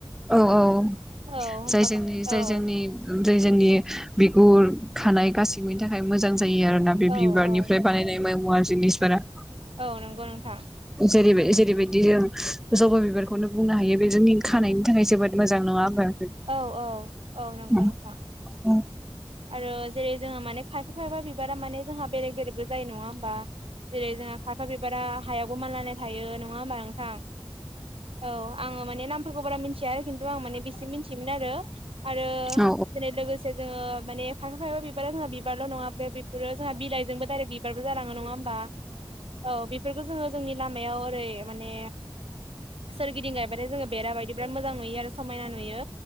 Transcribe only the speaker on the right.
औ होमबा
माने
औ
औ
औ
औ नंगौ नोंथां
औ औ औ नंगौ
नोंथां
आरो जेरै जोङो माने खायफा खायफा बिबारा माने जोंहा बेरेग बेरेगबो जायो नङा होमबा जेरै- जोंहा खायफा बिबारा हायावबो मानलानाय थायो नङा होमबा नोंथां औ आङो माने नामफोरखौ बारा मोनथिया आरो खिन्थु आं माने बेसिम मोनथियोमोन आरो आरो
जेरै लोगोसे जोङो माने खायफा खायब बिबारा जोंहा बिबारल' नङा बेफोरो जोंहा बिलाइजोंबो दाइरेक्ट बिबारबो जालाङो नङा होम बा औ बेफोरखौ जोङो जोंनि लामायाव ओरै माने सोरगिदिं गायबाथाय जोङो बेरा बायदि बिराद मोजां नुयो आरो समायना नुयो